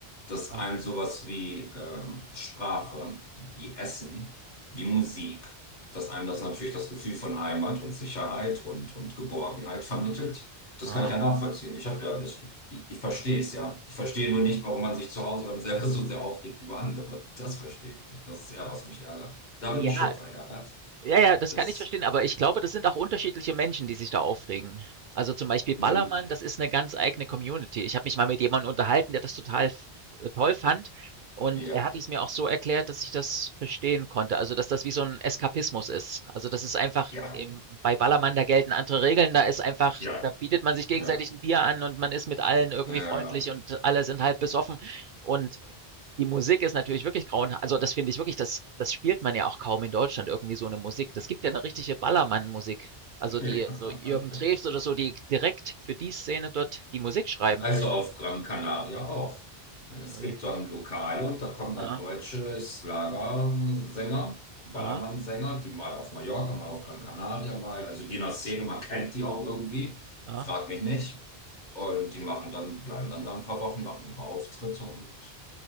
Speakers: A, on the left (about 45°); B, on the right (about 60°).
A: dass
B: mhm,
A: einem sowas wie ähm, Sprache, wie Essen, wie Musik, dass einem das natürlich das Gefühl von Heimat und Sicherheit und, und Geborgenheit vermittelt. Das
B: mhm.
A: kann ich ja nachvollziehen. Ich habe ja, ich, ich, ich verstehe es ja. Ich verstehe nur nicht, warum man sich zu Hause dann selber <laughs> so sehr aufregt über andere. Das verstehe ich nicht. Das ist eher, was mich ärgert. Da
B: Ja,
A: bin ich schon verärgert.
B: Ja, ja, das
A: Das,
B: kann ich verstehen, aber ich glaube, das sind auch unterschiedliche Menschen, die sich da aufregen. Also zum Beispiel Ballermann,
A: mh,
B: das ist eine ganz eigene Community. Ich habe mich mal mit jemandem unterhalten, der das total f äh, toll fand und
A: ja,
B: er hat es mir auch so erklärt, dass ich das verstehen konnte, also dass das wie so ein Eskapismus ist. Also, das ist einfach
A: ja,
B: im bei Ballermann, da gelten andere Regeln, da ist einfach
A: ja,
B: da bietet man sich gegenseitig
A: ja,
B: ein Bier an und man ist mit allen irgendwie
A: äh,
B: freundlich und alle sind halb besoffen und die Musik ist natürlich wirklich grauenha also, das finde ich wirklich, das das spielt man ja auch kaum in Deutschland irgendwie so eine Musik. Das gibt ja eine richtige Ballermann-Musik. Also,
A: <laughs>
B: die
A: ja.
B: so Jürgen Drews oder so, die direkt für die Szene dort die Musik schreiben.
A: Also auf Gran Canaria auch. Es
B: Ui.
A: gibt dann Lokale und da kommen
B: Aha,
A: dann deutsche Schlagersänger, Ballermannsänger,
B: aha,
A: die mal auf Mallorca, mal auf Gran Canaria, mal, also die in der Szene, man kennt die auch irgendwie,
B: aha,
A: frag mich nicht. Und die machen dann, bleiben dann da ein paar Wochen, machen ihre Auftritte und,